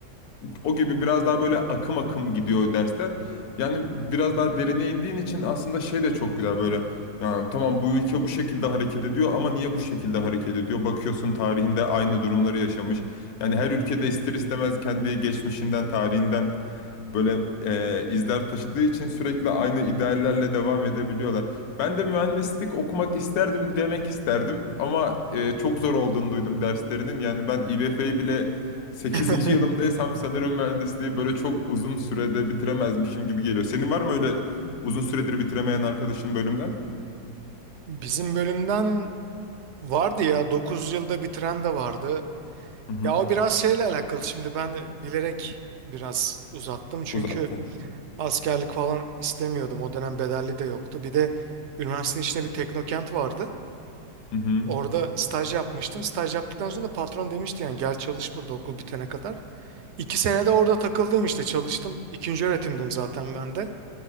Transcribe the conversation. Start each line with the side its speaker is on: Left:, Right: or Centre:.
Left: o gibi biraz daha böyle akım akım gidiyor dersler. Yani biraz daha derine indiğin için aslında şey de çok güzel böyle. Ya tamam bu ülke bu şekilde hareket ediyor ama niye bu şekilde hareket ediyor? Bakıyorsun tarihinde aynı durumları yaşamış. Yani her ülkede ister istemez kendi geçmişinden, tarihinden böyle e, izler taşıdığı için sürekli aynı ideallerle devam edebiliyorlar. Ben de mühendislik okumak isterdim demek isterdim ama e, çok zor olduğunu duydum derslerinin. Yani ben İBF'yi bile sekizinci
Right: <laughs>
Left: yılımdaysam sanırım mühendisliği böyle çok uzun sürede bitiremezmişim gibi geliyor. Senin var mı öyle uzun süredir bitiremeyen arkadaşın bölümden?
Right: Bizim bölümden vardı ya 9 yılda bitiren de vardı.
Left: Hı hı.
Right: Ya o biraz şeyle alakalı. Şimdi ben de bilerek biraz uzattım çünkü
Left: Uzattın.
Right: askerlik falan istemiyordum. O dönem bedelli de yoktu. Bir de üniversitenin içinde bir teknokent vardı.
Left: Hı hı.
Right: Orada staj yapmıştım. Staj yaptıktan sonra da patron demişti yani gel çalış burada okul bitene kadar. İki sene de orada takıldım işte çalıştım. İkinci öğretimdim zaten ben de.